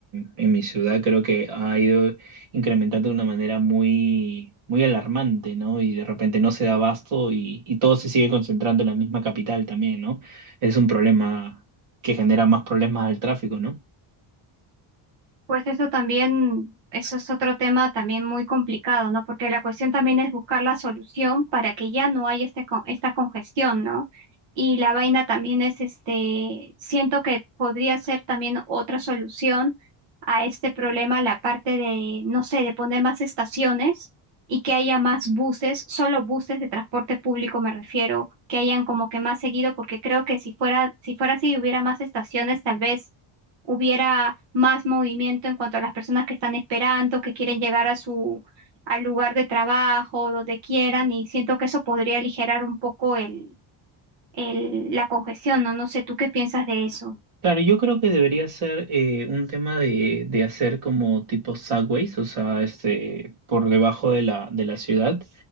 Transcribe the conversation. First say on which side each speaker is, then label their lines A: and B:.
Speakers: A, on the right (about 80°); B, on the right (about 60°).
A: en- en mi ciudad creo que ha ido incrementando de una manera muy, muy alarmante, ¿no? Y de repente no se da abasto y, y todo se sigue concentrando en la misma capital también, ¿no? Es un problema que genera más problemas al tráfico, ¿no?
B: Pues eso también, eso es otro tema también muy complicado, ¿no? Porque la cuestión también es buscar la solución para que ya no haya este, con- esta congestión, ¿no? Y la vaina también es, este, siento que podría ser también otra solución a este problema, la parte de, no sé, de poner más estaciones y que haya más buses, solo buses de transporte público me refiero, que hayan como que más seguido, porque creo que si fuera, si fuera así, hubiera más estaciones, tal vez hubiera más movimiento en cuanto a las personas que están esperando, que quieren llegar a su al lugar de trabajo, donde quieran, y siento que eso podría aligerar un poco el, el, la congestión, ¿no? No sé, ¿tú qué piensas de eso?
A: Claro, yo creo que debería ser eh, un tema de, de hacer como tipo subways, o sea, este, por debajo de la, de la ciudad,